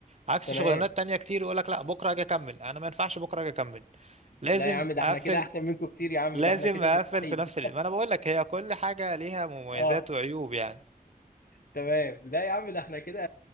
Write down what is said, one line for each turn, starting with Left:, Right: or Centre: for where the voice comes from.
Right: عكس
Left: تمام
Right: شغلانات تانية كتير يقول لك لا بكره اجي اكمل انا ما ينفعش بكره اجي اكمل لازم
Left: لا يا عم ده
Right: اقفل
Left: احنا كده احسن منكم كتير يا عم
Right: لازم
Left: ده احنا كده
Right: اقفل
Left: مستحيل
Right: في نفس اليوم ما انا بقول لك هي كل حاجه ليها مميزات
Left: اه
Right: وعيوب يعني
Left: تمام لا يا عم ده احنا كده